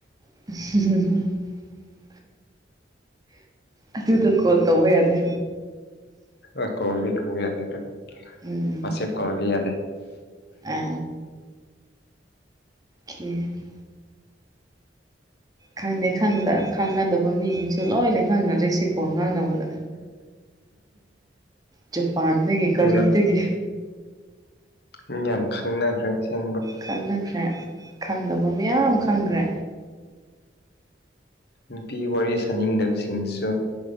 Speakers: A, on the right; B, on the left.
A: <unintelligible> ꯑꯗꯨꯗꯣ ꯀꯣꯜ ꯇꯧꯕ ꯌꯥꯗꯦ
B: ꯑ ꯀꯣꯜꯗꯤ ꯇꯧꯕꯥ ꯌꯥꯗꯦ ꯑꯗꯨꯗ
A: ꯎꯝ
B: ꯋꯥꯆꯦꯞ ꯀꯣꯜꯗꯤ ꯌꯥꯗꯦ
A: ꯑ <unintelligible> ꯈꯪꯗꯦ ꯈꯪꯗ ꯈꯪꯅꯗꯕ ꯃꯤꯁꯤꯡꯁꯨ ꯂꯣꯏꯅ ꯈꯪꯅꯔꯤꯁꯤꯀꯣ ꯉꯥꯡꯅꯕꯗ ꯖꯄꯥꯟꯗꯒꯤ
B: ꯃꯤ
A: ꯀꯔꯤꯗꯒꯤ
B: ꯌꯥꯝ ꯃꯤ ꯌꯥꯝ ꯈꯪꯅꯈ꯭ꯔꯦ ꯑꯁꯦꯡꯕ
A: ꯈꯪꯅꯈ꯭ꯔꯦ ꯈꯪꯗꯕ ꯃꯌꯥꯝ ꯈꯪꯈ꯭ꯔꯦ
B: ꯅꯨꯄꯤ ꯋꯥꯔꯤ ꯁꯥꯅꯤꯡꯗꯕꯁꯤꯡꯗꯨꯁꯨ